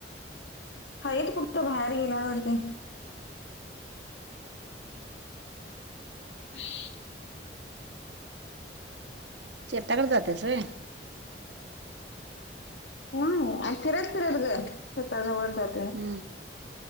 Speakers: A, on the left; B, on the right.
A: हाेत कुठ तं बाहेर गेल्यावरती <unintelligible> <inaudible>
B: शचेताकडे जातेसय
A: ह आणि फिरत फिरत ग शेताजवळ ज
B: हम्म